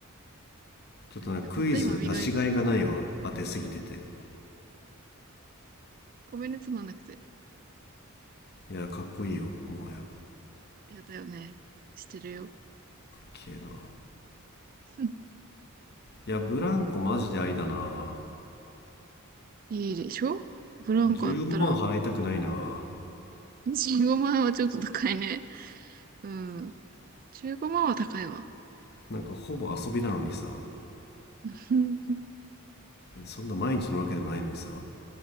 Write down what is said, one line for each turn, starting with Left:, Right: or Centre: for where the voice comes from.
Left: ちょっとねクイズ出しがいがないわ当てすぎてて
Right: いや、たった今磨いた。ごめんね、つまんなくて。
Left: いやかっこいいよもはや
Right: いやだよね。してるよ。
Left: けえな
Right: うん
Left: いや、ブランコマジでありだな。
Right: いいでしょブランコあったら、
Left: 15万払いたくないな。
Right: 15万はちょっと高いね。うん。15万は高いわ。
Left: なんかほぼ遊びなのにさ。
Right: <laughs>
Left: そんな毎日のわけでもないのにさ。